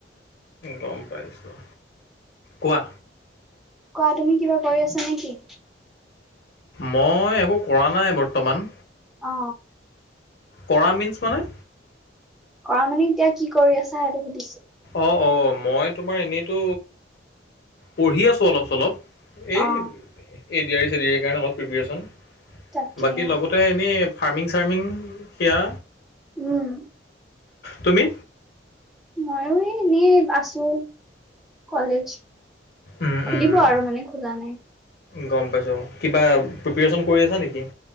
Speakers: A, on the left; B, in the centre.
A: গম পাইছোঁ, কোৱা?
B: কোৱা তুমি, কিবা কৰি আছা নেকি?
A: মই একো কৰা নাই, বৰ্তমান।
B: অ
A: কৰা মিন্ছ মানে
B: কৰা মানে এতিয়া কি কৰি আছা সেইটো সুধিছো।
A: অ', অ', মই তোমাৰ এনেইতো পঢ়ি আছো অলপ, চলপ। এই,
B: অ
A: এডিয়াৰী চেডিাৰী কাৰণে অলপ প্ৰিপেৰে্চন
B: তাকে
A: বাকী লগতে এনেই। ফাৰ্মিং, চাৰ্মিং সেয়া।
B: উম।
A: তুমি?
B: ময়ো এই এনেই আছো। কলেজ
A: উম,
B: খুলিব
A: উম, উম।
B: আৰু মানে খোলা নাই।
A: গম পাইছো, কিবা প্ৰিপৰেচন কৰি আছা নেকি।